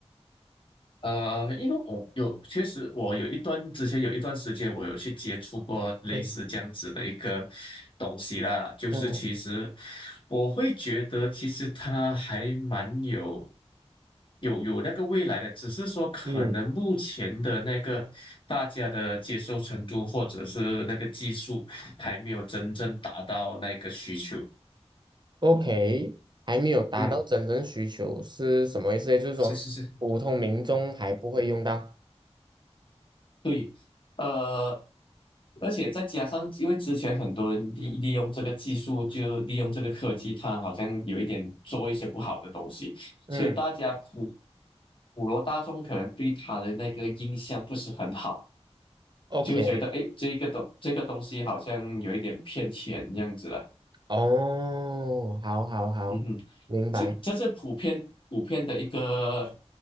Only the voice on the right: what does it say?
嗯
嗯
嗯，OK，还没有达到真正需求是什么意思也就是说普通民众还不会用到。
嗯
，OK，
哦，好好好，
明白。